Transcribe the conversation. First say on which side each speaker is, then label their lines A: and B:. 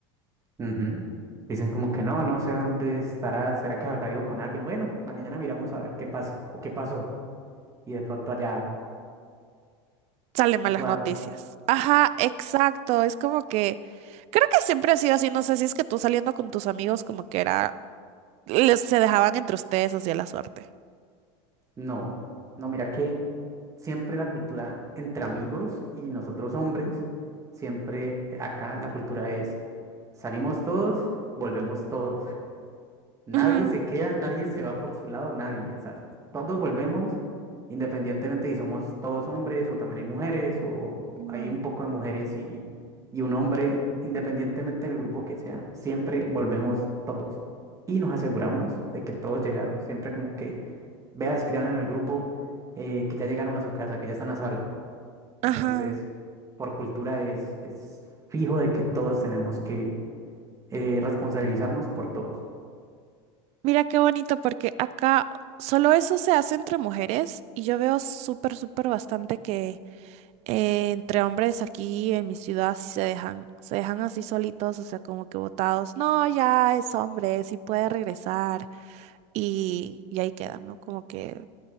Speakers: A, on the right (about 20°); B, on the right (about 50°).
A: ujú. Dicen como que no, no sé dónde estará, será que habrá ido con alguien. Bueno, mañana miramos a ver qué pasa o qué pasó. Y de pronto allá,
B: salen malas
A: igual,
B: noticias. Ajá, exacto. Es como que creo que siempre ha sido así. No sé si es que tú saliendo con tus amigos como que era, les, se dejaban entre ustedes así a la suerte.
A: no, no, mira que siempre la cultura entre amigos y nosotros hombres, siempre acá la cultura es salimos todos, volvemos todos. <laughs> Nadie
B: Ujú,
A: se queda, nadie se va por su lado, nadie. O sea, todos volvemos, independientemente si somos todos hombres o también hay mujeres o
B: ujú.
A: hay un poco de mujeres y, y un hombre, independientemente del grupo que sea, siempre volvemos todos. Y nos aseguramos de que todos llegaron. Siempre como que, vea, escriban en el grupo eh, que ya llegaron a su casa, que ya están a salvo. Entonces,
B: Ajá.
A: por cultura es, es fijo de que todos tenemos que eh, responsabilizarnos por todos.
B: Mira qué bonito porque acá solo eso se hace entre mujeres y yo veo súper, súper bastante que eh, entre hombres aquí en mi ciudad sí se dejan, se dejan así solitos, o sea, como que botados. No, ya es hombre, sí puede regresar y, y ahí quedan, ¿no? Como que